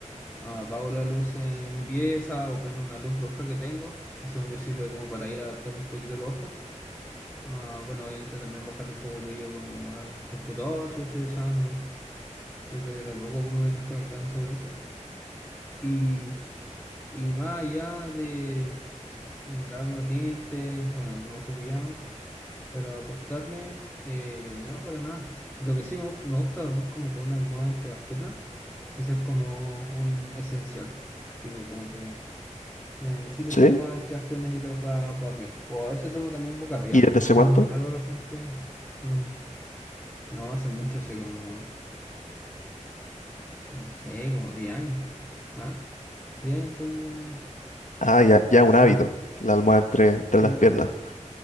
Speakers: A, in the centre; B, on the left.
A: Ah, apago la luz en mi pieza o prendo una luz roja que tengo, que según yo sirve como para ir adaptando un poquito los ojos. Ah, bueno, obviamente también bajarle un poco el brillo como al computador si lo estoy usando. Creo que de a poco como ir desconectándose con eso. Y, y más allá de mm, lavarme los dientes, bueno, no uso pijama, pero acostarme, eh, no, para nada. Lo que sí me gusta, me gusta dormir como con una almohada entre las piernas. Eso es como un esencial. Tipo, como que Necesito
B: ¿Sí?
A: ser más entre las piernas y los para dormir. O a veces duermo también boca arriba.
B: ¿Y desde
A: Sueño
B: hace cuánto?
A: es muy raro la gente. Mm. No, hace mucho, hace como, no sé, como 10 años. ¿Más? 10 años que duermo como-
B: Ah, ya, ya
A: Sí,
B: un hábito, la almohada entre, entre
A: sí,
B: las piernas.